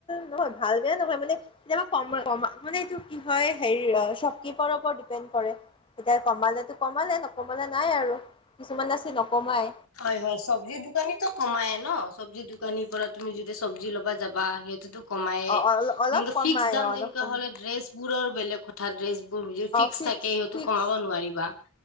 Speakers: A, on the left (about 25°); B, on the left (about 70°).
A: নহয় ভাল বেয়া নহয় মানে কেতিয়াবা ক কমা মানে এইটো কি হয় হেৰি চপ কিপাৰৰ ওপৰত ডিপেণ্ড কৰে। এতিয়া কমালে টো কমালে নকমালে নাই আৰু কিছুমান যে আছে নকমাই।
B: হয় হয় চবজি দোকানীটো কমাই ন, চবজি দো দোকানিৰ পৰা তুমি যেতিয়া ছবজি লব যা বা সেইটোতো, কমাইয়ে
A: অ অ অলপ
B: কিন্তু
A: কমাই
B: ফিক্স দাম
A: অ অলপ
B: যেনেকোৱা
A: কমাই
B: হ'লে ড্ৰেছ, বোৰৰ বেলেগ কথা ড্ৰেছ, যিবোৰ
A: অ
B: ফিক্স থাকে, সিহতো
A: ফিক্স
B: কমাব নোৱাৰিবা